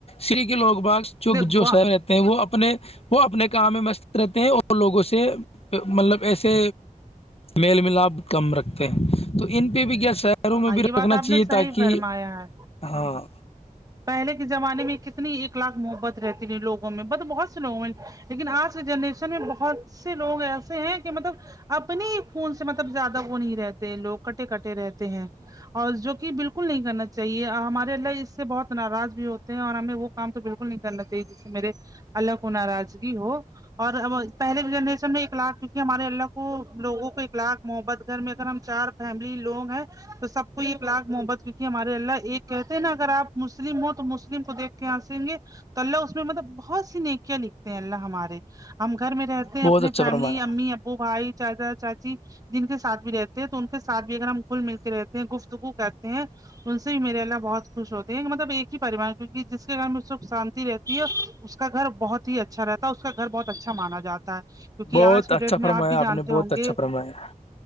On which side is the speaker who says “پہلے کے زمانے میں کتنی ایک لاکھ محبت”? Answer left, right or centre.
Right